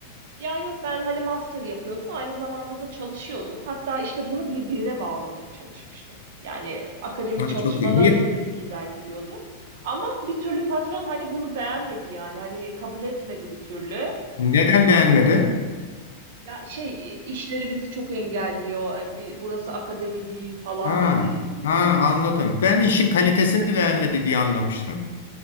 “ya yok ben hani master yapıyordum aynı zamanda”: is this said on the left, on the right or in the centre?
Right